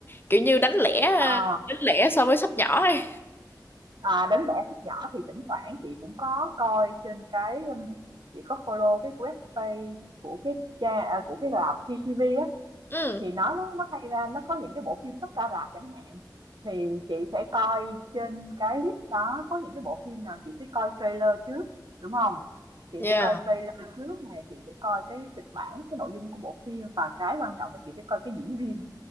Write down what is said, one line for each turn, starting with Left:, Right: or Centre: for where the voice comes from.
Left: Kiểu như đánh lẻ
Right: Ờ,
Left: đánh lẻ so với sắp nhỏ ấy.
Right: à, đến vẽ phút nhỏ thì thỉnh thoảng chị cũng có coi trên cái um, chị có follow cái web page của cái cha à, của cái rạp CCTV á
Left: Ừ.
Right: thì nó nó nó hay ra nó có những cái bộ phim sắp ra rạp chẳng hạn thì chị sẽ coi trên cái list đó có những cái bộ phim nào chị sẽ coi trailer trước đúng không chị
Left: Yeah.
Right: sẽ coi trailer trước này chị sẽ coi cái kịch bản cái nội dung của bộ phim và cái quan trọng là chị sẽ coi cái diễn viên